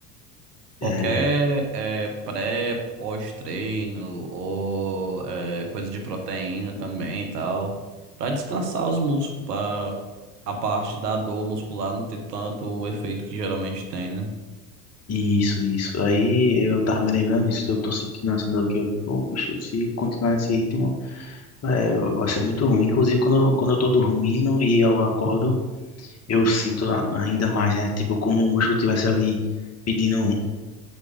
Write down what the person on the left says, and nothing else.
é,
Isso, isso. Aí eu tava me lembrando disso, que eu tô sentindo essa dor aqui. Eu, Pô, bicho, se continuar nesse ritmo, é, vai ser muito ruim. Inclusive, quando eu, quando eu tô dormindo e eu acordo, eu sinto a- ainda mais, né? Tipo, como o músculo tivesse ali pedindo